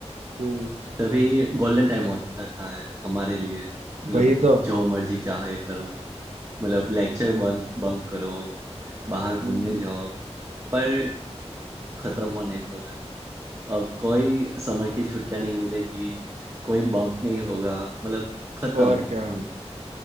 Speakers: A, on the right; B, on the right.
A: हम्म
B: तभी गोल्डन टाइम होता है हमारे लिए मतलब
A: वही तो
B: जो मर्जी चाहे करो मतलब लेक्चर बंक बंक करो बाहर घूमने
A: हम्म,
B: जाओ पर खत्म होने को है
A: हम्म।
B: अब कोई समर की छुट्टियां नहीं मिलेगी कोई बंक नहीं होगा मतलब खत्म
A: और
B: हम्म,
A: क्या